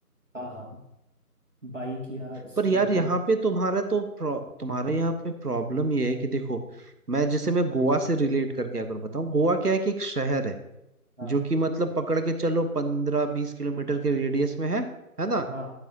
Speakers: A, on the right; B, on the right.
A: हाँ हाँ बाइक या
B: पर
A: स्कूटर
B: यार यहाँ पे तुम्हारा तो प्रॉ- तुम्हारे यहाँ पे प्रॉब्लम ये है कि देखो मैं जैसे मैं गोवा से रिलेट करके अगर बताऊँ गोवा क्या है कि एक शहर है
A: हाँ
B: जो कि मतलब पकड़ के चलो पंद्रह बीस किलोमीटर के रेडियस में है है ना
A: हाँ